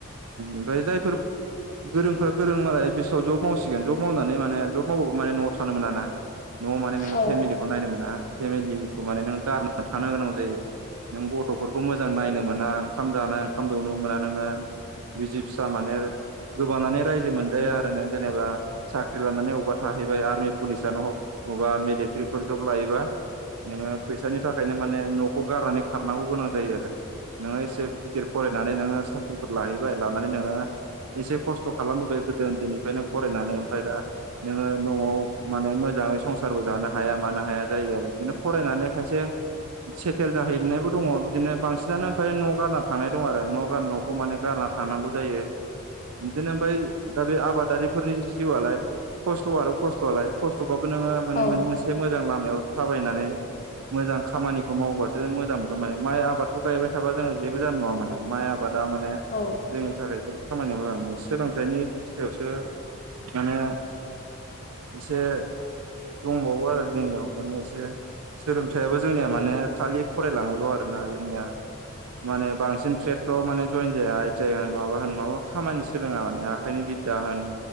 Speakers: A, on the right; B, on the left.
A: ओमफ्राय जायफोर गोरोंफ्रा गोरों मालाय बिसमाव जब मावसिगोन जब मावनानै माने जब मावबाबो माने न'आव थानो मोना ना । न'आव माने नोङो
B: औ
A: फेमिलिखौ नायनांगोनना फेमिलिखौ माने नों गारनानै थानो गोनां जायो । नों गथ'फोरखौ मोजां नायनो मोना । ओंखाम जानाय ओंखाम दौनोबो मोना नोङो बिसि फिसा माने गोबानानै रायजो मोनजाया आरो नों जेनेबा साख्रि लानानै अबेबा थाहैबाय आर्मि पुलिसानो हक अबा मिलेटारिफोरखौबो लायोबा नोङो फैसानि थाखायनो माने न'खौ गारनानै खारनांगौ गोनां जायो आरो । नोङो एसे गिदिर फरायनानै नोङो साख्रिफोर लाहैबाय लानानै नोङो एसे खस्थ' खालामबोबाय गोदो उन्दैनिफ्रायनो फरायनानै ओमफ्राय दा नोङो न'आव माने मोजां संसारबो जानो हाया मानो हाया जायो आरो बिदिनो फरायनानै खायसे सेइतेल जाहैनायबो दङ बिदिनो बांसिनानो ओमफ्राय न' गारना थांनाय दङ आरो न' गार न'खौ माने गारनानै थांनांगौ जायो। बिदिनो ओमफ्राय दा बे आबादारिफोरनि जिउआलाय खस्थ' आरो खस्थ'आलाय खस्थ'बा बो नोङो माने
B: औ
A: मोनसे मोजां लामायाव थाबायनानै मोजां खामानिखौ मावबासो मोजां मोनगोन माने माइ आबादखौ गायबाय थाबा जोङो जेबो जानाय नङा माने माइ आबाद, दा माने
B: औ
A: जोंनि थाखाय जेबो खामानियाव होआ मान सोलोंथाइनि बिस्थायावसो माने, एसे दंबावो आरो जोंनाव माने एसे, सोलोंथाइयाबो जोंनिया माने खालि फरायलाङोल' आरोना जोंनिया माने बांसिन ट्रेतफ्राव माने जयेन जाया आइ टि आइ होन माबा होन माबा खामानि सोलोङा माने आखाइनि बिद्दा होन